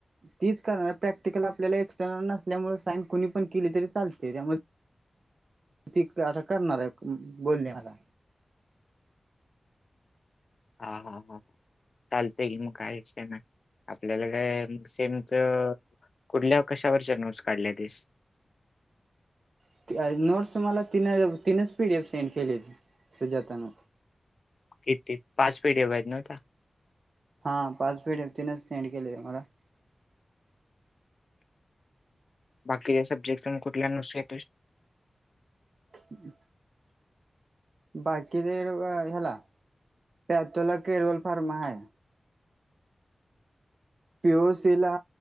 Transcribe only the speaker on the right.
तीच करणार प्रॅक्टिकल आपल्याला एक्स्टर्नल नसल्यामुळे सायन कोणी पण केली तरी चालते त्यामुळे ती आता करणार आहे बोली मला.
<inaudible> नोट्स मला तीन तीनच पीडीएफ सेंड केलेली सुजाता न.
हा पाच फीटवतीनच सेंड केले आहे मला.
हम् बाकीच <unintelligible> ह्याला पाटोला केरवल फार्मा
हाय. पी ओ सी ला